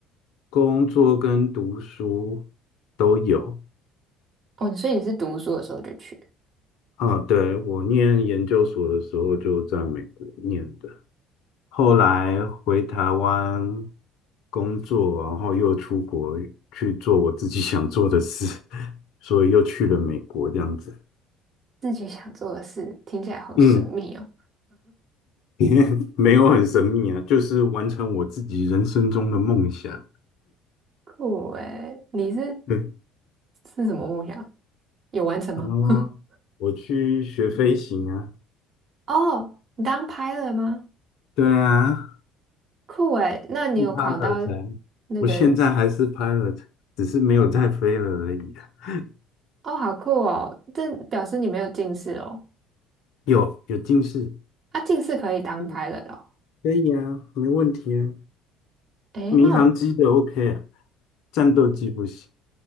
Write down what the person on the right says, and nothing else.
哦，所以你是读书的时候就去，
自己想做的事，听起来好神秘哦，
酷诶，你是
是什么梦想？有完成吗？
<laughs>
哦，你当拍了 l 吗？
酷诶，那你有考到
那个？
哦，好酷哦，这表示你没有近视哦。
啊，近视可以当拍了
l 哦。
诶，
那我。